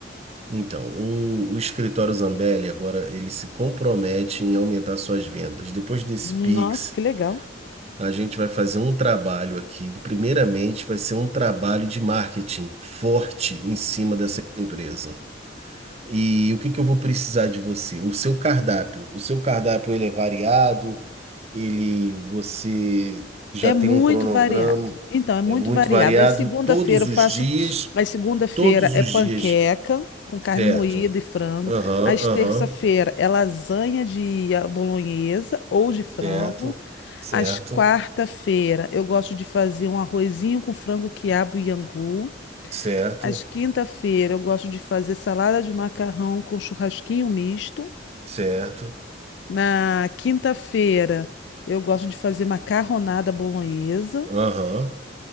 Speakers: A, on the right (about 35°); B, on the left (about 65°).
A: Então, o, o escritório Zambelli agora ele se compromete em aumentar suas vendas. Depois desse
B: Nossa,
A: Pix
B: que legal.
A: A gente vai fazer um trabalho aqui. Primeiramente, vai ser um trabalho de marketing forte em cima dessa empresa. E o que que eu vou precisar de você? O seu cardápio. O seu cardápio ele é variado, ele você já
B: É
A: tem
B: muito
A: um cronograma,
B: variado. Então, é muito
A: é muito
B: variado.
A: variado
B: Aí segunda-feira
A: todos
B: eu
A: os
B: faço.
A: dias,
B: Aí segunda-feira
A: todos
B: é
A: os
B: panqueca
A: dias,
B: com carne
A: certo?
B: moída e frango.
A: Aham,
B: Às
A: aham,
B: terça-feira é lasanha de ah, bolonhesa ou de frango.
A: certo, certo,
B: Às quarta-feira eu gosto de fazer um arrozinho com frango, quiabo e angu.
A: certo,
B: Às quinta-feira eu gosto de fazer salada de macarrão com churrasquinho misto.
A: certo,
B: Na quinta-feira eu gosto de fazer macarronada bolonhesa.
A: aham.